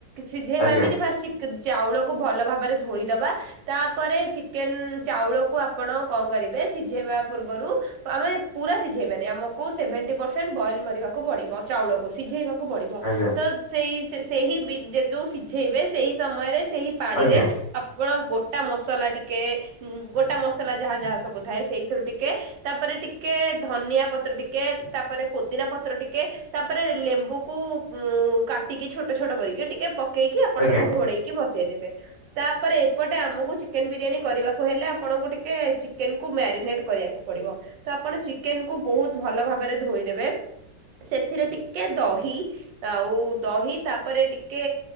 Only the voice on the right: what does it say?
ସିଝେଇବା
ଏମିତି ଫାଷ୍ଟ ଚାଉଳକୁ ଭଲ ଭାବରେ ଧୋଇଦବା ତାପରେ ଚି ଚିକେନ ଚାଉଳକୁ ଆପଣ କଣ କରିବେ ସିଝେଇବା ପୂର୍ବରୁ ଆମେ ପୁରା ସିଝେଇବାନି ଆମ କୁ ସେଭେଣ୍ଟି ପରସେଣ୍ଟ ବଏଲ କରିବାକୁ ପଡିବ ଚାଉଳକୁ ସିଝେଇବାକୁ କୁ ପଡିବ
ତ ସେ ସେହି ଯଉ ସିଝେଇବେ ସେଇ ସମୟରେ ସେହି ପାଣିରେ
ଆପଣ ଗୋଟା ମସଲା ଟି ଟିକେ ଗୋଟା ମସଲା ଯାହା ଯାହା ସବୁ ଥାଏ ସେଇଥିରୁ ଟିକେ ତାପରେ ଟିକେ ଧନିଆ ପ ଟିକେ ତାପରେ ପୋଦିନା ପତ୍ର ଟିକେ ତାପରେ ଲେମ୍ବୁକୁ ଉ କାଟିକି ଛୋଟ ଛୋଟ ଟିକେ ପକେଇକି ଆପଣ
ତାକୁ ଘୋଡେଇକି ବସେଇ ଦେବେ ତାପରେ ଏପଟେ ଆମକୁ ଚିକେନ ବିରିୟାନି କରିବାକୁ ହେଲେ ଆପଣଙ୍କୁ ଟିକେ ଚିକେନ କୁ ମ୍ୟାରିନେଟ କରିବାକୁ ପଡିବ ତ ଆପଣ ଚିକେନ କୁ ବହୁତ ଭଲ ଭାବରେ ଧୋଇଦେବେ। ସେଥିରେ ଟିକେ ଦହି ଆଉ ଦହି ତାପରେ ଟିକେ